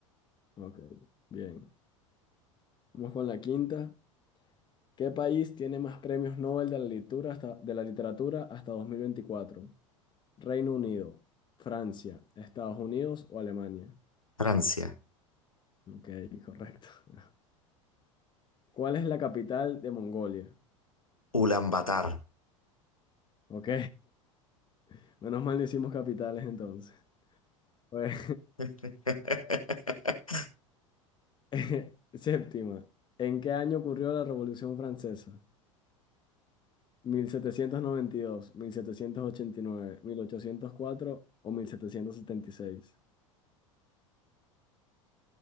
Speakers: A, on the left; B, on the left.
A: Ok, bien. Vamos con la quinta. ¿Qué país tiene más premios Nobel de la literatura hasta, de la literatura hasta 2024? Reino Unido, Francia, Estados Unidos o Alemania.
B: Francia,
A: Ok, correcto. <laughs> ¿Cuál es la capital de Mongolia?
B: Ulaanbaatar.
A: Ok, <laughs> menos mal decimos capitales entonces. Pues,
B: <laughs>
A: <laughs> séptima. ¿En qué año ocurrió la Revolución Francesa? mil mil setecientos setecientos noventa y y dos mil setecientos ochenta y nueve mil ochocientos cuatro o mil setecientos setenta y seis